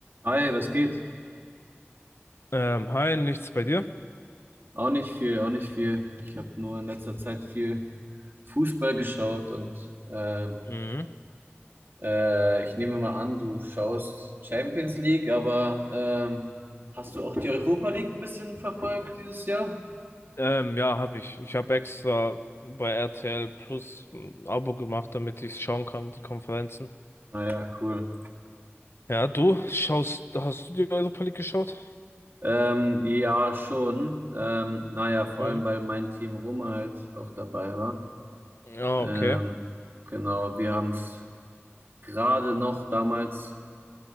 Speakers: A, on the right (about 55°); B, on the left (about 65°).
A: Hi, was geht?
B: Ähm, hi, nichts bei dir?
A: Auch nicht viel, auch nicht viel. Ich habe nur in letzter Zeit viel Fußball geschaut und äh,
B: Mhm.
A: äh, ich nehme mal an, du schaust Champions League, aber ähm, hast du auch die Europa League ein bisschen verfolgt dieses Jahr?
B: Ähm, ja, habe ich. Ich habe extra bei RTL Plus ein Abo gemacht, damit ich schauen kann, die Konferenzen.
A: Naja, cool.
B: Ja, du schaust, hast du die Europa League geschaut?
A: Ähm, ja, schon. Ähm, naja, vor
B: Mhm.
A: allem, weil mein Team Roma halt auch dabei war.
B: Ja,
A: Ähm,
B: okay.
A: genau, wir haben es gerade noch damals